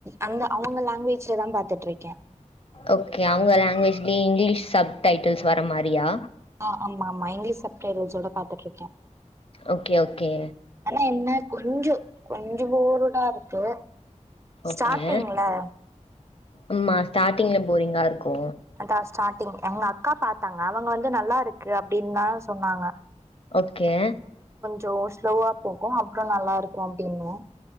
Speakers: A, on the right; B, on the left.
A: அந்த அவங்க லாங்குவேஜ்ல தா பாத்துட்டு இருக்கே
B: ஓகே அவங்க லாங்குவேஜ்லியு இங்லீஷ் சப் டைட்டில்ஸ் வர்ற மாரியா
A: அ ஆமா ஆமா இங்கிலீஷ் சப் டைடில்ஸோட பாத்துட்டு இருக்கே
B: ஓகே ஓகே
A: ஆனா என்ன கொஞ்சோ கொஞ்சோ போருடா இருக்கு
B: ஓகே
A: ஸ்டார்டிங்ல
B: அம்மா ஸ்டாடிங்ல போரிங்கா இருக்கு
A: அதா ஸ்டாட்டிங் எங்கக்கா பாத்தாங்க அவங்க வந்து நல்லாருக்கு அப்டின்தா சொன்னாங்க
B: ஓகே
A: தோ ஸ்லோவா போகு அப்றோ நல்லாருக்கு அப்டினு